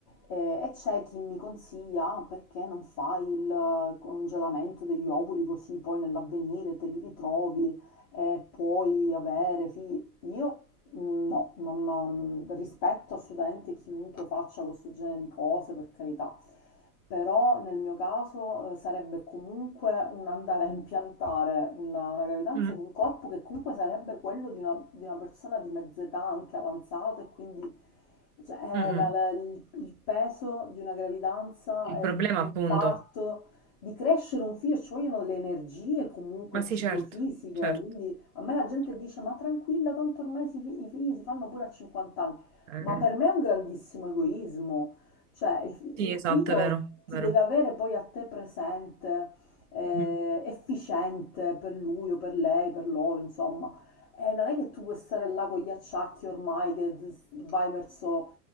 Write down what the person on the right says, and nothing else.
Mm,
mm, mm.
Il
problema
appunto,
ma sì,
certo, certo,
certo.
Eh,
sì,
esatto,
è vero,
vero.
Mhm.